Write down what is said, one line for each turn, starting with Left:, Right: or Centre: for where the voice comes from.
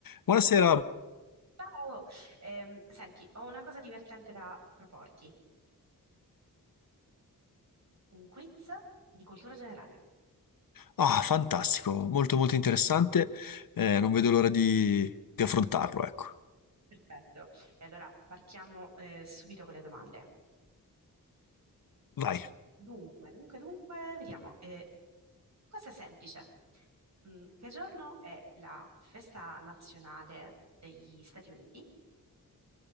Left: Buonasera,
Right: Ciao! Ehm, senti, ho una cosa divertente da proporti, un quiz di cultura generale.
Left: ah, fantastico, molto molto interessante, Eh, non vedo l'ora di, di affrontarlo, ecco.
Right: Perfetto. E allora partiamo eh, subito con le domande.
Left: Vai.
Right: Dunque, dunque, dunque, vediamo. Eh, questa è semplice. Mm, che giorno è la festa nazionale degli Stati Uniti?